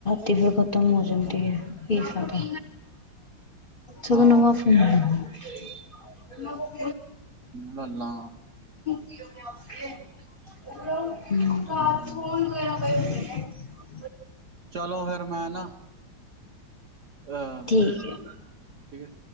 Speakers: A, on the left; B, on the right.
A: ਤੇ ਫਿਰ ਖਤਮ ਹੋ ਜਾਂਦੀ ਹੈ, ਫੇਰ ਸਾਡਾ ਜਦੋਂ
B: ਆਹੋ
A: ਨਵਾਂ ਫੋਨ <unintelligible>
B: ਮਹੱਲਾ
A: <unintelligible>
B: ਹਮ ਚਲੋ, ਫੇਰ ਮੈਂ ਨਾ ਅਹ,
A: ਠੀਕ ਹੈ।
B: ਠੀਕ ਹੈ।